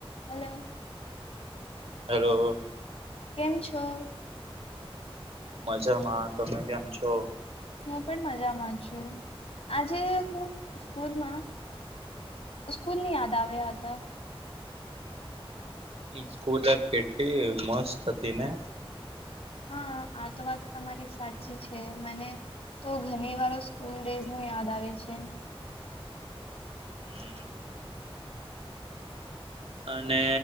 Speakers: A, on the left; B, on the right.
A: હલો
B: હેલો
A: કેમ છો?
B: હું મજામાં તમે કેમ છો?
A: હું પણ મજામાં છું આજે હું સ્કૂલમાં. અ સ્કૂલ ની યાદ આવ્યા હતા.
B: સ્કૂલ લાઈફ કેટલી મસ્ત હતી ને!
A: હા આ તો વાત તમારી સાચી છે મને તો ઘણી વાર સ્કૂલ ડેઝ ન યાદ આવે છે.
B: હમ. અને